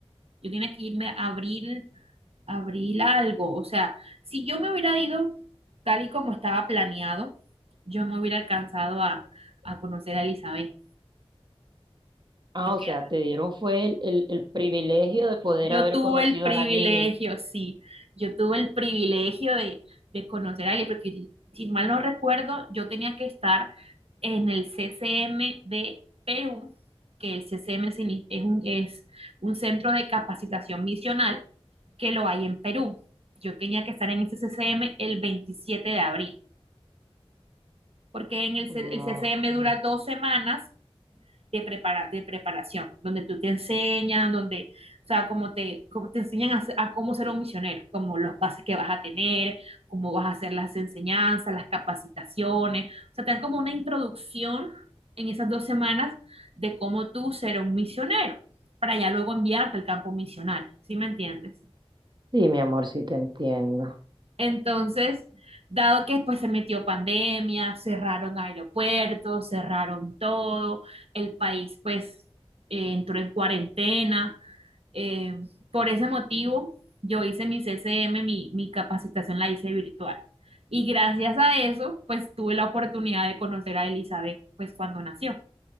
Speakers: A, on the right; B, on the right.
A: yo tenía que irme abril, abril algo, o sea, si yo me hubiera ido tal y como estaba planeado, yo no hubiera alcanzado a, a conocer a Elizabeth,
B: Ah,
A: porque
B: o sea, te dieron fue el, el, el privilegio de poder
A: Yo
B: haber
A: tuve
B: conocido
A: el privilegio,
B: a la niña.
A: sí, yo tuve el privilegio de, de conocer a Ali, porque si si mal no recuerdo, yo tenía que estar en el CCM de Perú, que el CCM signi- es un, es un centro de capacitación misional que lo hay en Perú. Yo tenía que estar en ese CCM el 27 de abril, porque en el,
B: Ah,
A: C- el CCM dura dos semanas de, prepara de preparación, donde tú te enseñan, donde, o sea, como te, como te enseñan a, a, cómo ser un misionero, como los bases que vas a tener, cómo vas a hacer las enseñanzas, las capacitaciones, o sea, te dan como una introducción en esas dos semanas de cómo tú ser un misionero, para ya luego enviarte al campo misional, ¿sí me entiendes?
B: sí, mi amor, sí te entiendo.
A: Entonces, dado que después se metió pandemia, cerraron aeropuertos, cerraron todo, el país pues eh, entró en cuarentena. eh, por ese motivo, yo hice mi CCM, mi, mi capacitación la hice virtual. Y gracias a eso, pues tuve la oportunidad de conocer a Elizabeth pues cuando nació.